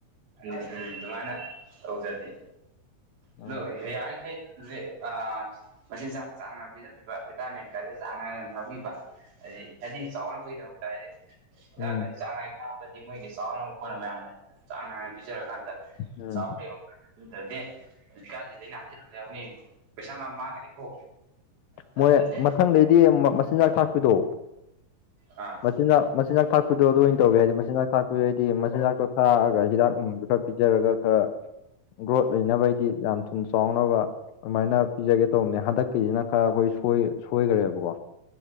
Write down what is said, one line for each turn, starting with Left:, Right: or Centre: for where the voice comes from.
Right: ꯎꯝ ꯑꯗꯨꯃꯥꯏꯅ ꯇꯧꯖꯗꯦ
Left: ꯎꯝ
Right: ꯑꯗꯨ ꯌꯥꯔꯤꯈꯩ ꯑ ꯃꯁꯤꯤꯟ ꯆꯥꯛ ꯆꯥ ꯄꯤꯖꯕꯤꯕ ꯚꯤꯇꯥꯃꯤꯟꯒꯁꯤꯦ ꯆꯥꯡ ꯅꯥꯏꯅ ꯊꯥꯛꯕꯤꯕ ꯍꯥꯏꯗꯤ ꯍꯥꯏꯗꯤ ꯆꯥꯎꯅꯕꯒꯤꯗꯃꯛꯇ ꯍꯥꯏꯗꯤꯥꯛ
Left: ꯎꯝ
Right: ꯈꯗꯤ ꯆꯥꯡꯅꯥ ꯕꯗꯤ ꯃꯣꯏꯒꯤ ꯆꯥꯎꯅꯕ ꯈꯣꯠꯅꯕ ꯌꯥꯝꯅ ꯆꯥꯡ ꯅꯥꯏꯅ ꯄꯤꯖꯔꯀꯥꯟꯗ
Left: ꯎꯝ
Right: ꯆꯥꯎꯈ꯭ꯔ ꯌꯦ ꯑꯗꯨ ꯇꯔꯗꯤ ꯍꯧꯖꯤꯀꯥꯁꯤ ꯂꯩꯅ ꯍꯥꯏꯖꯤ ꯑꯩꯈꯣꯏꯅꯤ ꯄꯩꯁꯥ ꯃ ꯃꯥꯡꯒꯅꯤꯀꯣ ꯅꯠꯇ꯭ꯔꯗꯤ
Left: ꯃꯣꯏ ꯃꯊꯪꯗꯩꯗꯤ ꯃꯆꯤꯟꯖꯥꯛ ꯊꯥꯛꯄꯤꯗꯣ
Right: ꯑꯥ
Left: ꯃꯆꯤꯟꯖꯥꯛ ꯃꯆꯤꯟꯖꯥꯛ ꯊꯥꯛꯄꯤꯗꯣ ꯑꯗꯨ ꯑꯣꯏꯅ ꯇꯧꯒꯦ ꯍꯥꯏꯗꯤ ꯃꯆꯤꯟꯖꯥꯛ ꯊꯥꯛꯄꯤꯗꯩꯗꯤ ꯃꯆꯤꯟꯖꯥꯛꯇꯣ ꯊꯥꯛꯑꯒ ꯍꯤꯗꯥꯛ ꯅꯨꯡꯗꯣ ꯈꯔ ꯄꯤꯖꯔꯒ ꯈꯔ ꯒ꯭ꯔꯣꯠ ꯂꯩꯅꯕꯒꯤꯗꯤ ꯌꯥꯝ ꯊꯨꯝ ꯆꯥꯎꯅꯕ ꯑꯗꯨꯃꯥꯏꯅ ꯄꯤꯖꯒꯦ ꯇꯧꯕ ꯃꯍ ꯍꯥꯗꯀꯤꯅ ꯈꯔ ꯑꯩꯈꯣꯏ ꯁꯣꯏꯈ꯭ꯔꯦꯕꯀꯣ